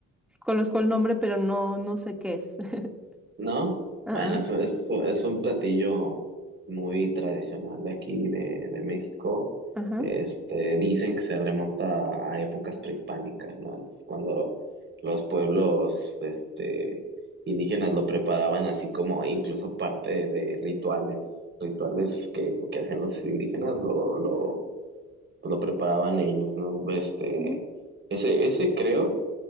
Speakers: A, in the centre; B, on the right.
A: conozco el nombre, pero no, no sé qué es. <laughs>
B: ¿No?
A: Ah,
B: Bueno, es, es, es un platillo muy tradicional de aquí, de, de México.
A: ah, ajá,
B: Este, dicen que se remonta a épocas prehispánicas, ¿no? Entonces, cuando los pueblos, este, indígenas lo preparaban así como incluso parte de rituales, rituales que, que hacían los indígenas, lo, lo, lo preparaban ellos, ¿no? Este,
A: mm,
B: ese, ese creo.